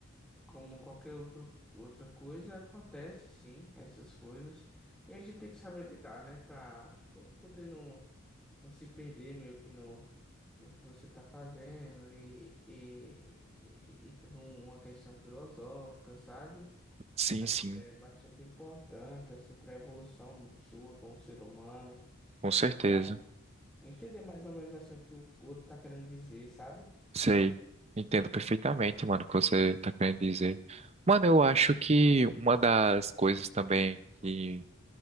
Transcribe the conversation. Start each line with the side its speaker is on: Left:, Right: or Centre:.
Centre: como qualquer outro, outra coisa, acontece sim, essas coisas. E a gente tem que saber lidar, né? Pra po- poder não, não se perder meio que no, no que você tá fazendo e, e, e, e tudo uma questão filosófica, sabe?
Right: Sim,
Centre: Acho
Right: sim,
Centre: que é bastante importante, assim, para a evolução sua como ser humano
Right: com certeza.
Centre: e tal. Entender mais ou menos, assim, o que o outro tá querendo dizer, sabe?
Right: Sei, entendo perfeitamente, mano, o que você tá querendo dizer. Mano, eu acho que uma das coisas também que